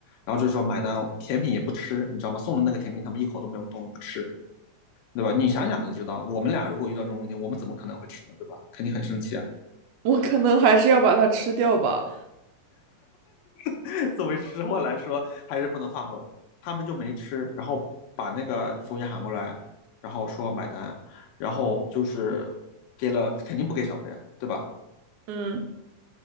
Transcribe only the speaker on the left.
然后就说买单，甜品也不吃，你知道吗？送的那个甜品他们一口都没有动，不吃，对吧？你想想就知道，我们俩如果遇到这种问题，我们怎么可能会吃呢？对吧？肯定很生气啊。
<laughs> 作为吃货来说，还是不能放过的。他们就没吃，然后把那个服务员喊过来，然后说买单，然后就是给了，肯定不给小费啊，对吧？